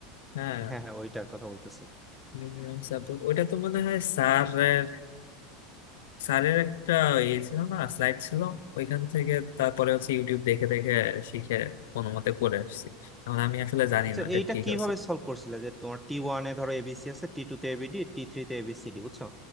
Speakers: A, on the left; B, in the centre.
A: হ্যাঁ
B: হ্যাঁ হ্যাঁ ওইটার কথা বলতেছি
A: মিনিমাম সাপোর্ট ওইটা তো মনে হয় স্যারের স্যারের একটা ইয়ে ছিল না স্লাইড ছিল ওইখান থেকে তারপরে হচ্ছে ইউটিউব দেখে দেখে শিখে কোনো মতে করে আসছি এখন আমি আসলে জানি
B: আচ্ছা
A: না এটা
B: এইটা
A: ঠিক
B: কিভাবে
A: আছে
B: সলভ করছিলে যে তোমার টি ওয়ানে ধরো এবিসি আছে টি টু তে এবিডি টি থ্রি তে এবিসিডি বুঝছো